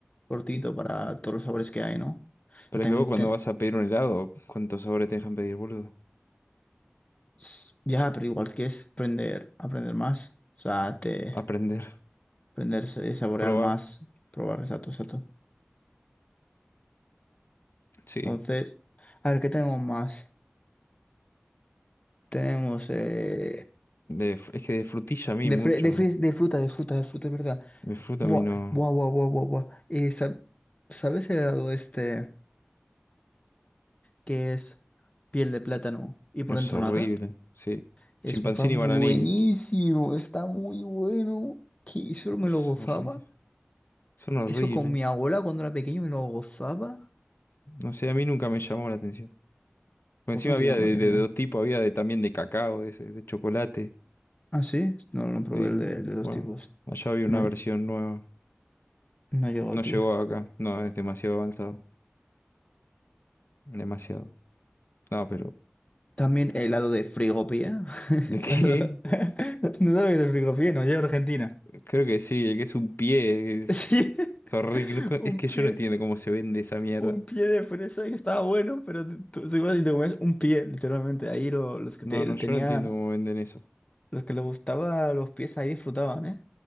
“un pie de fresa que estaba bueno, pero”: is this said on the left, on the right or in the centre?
Left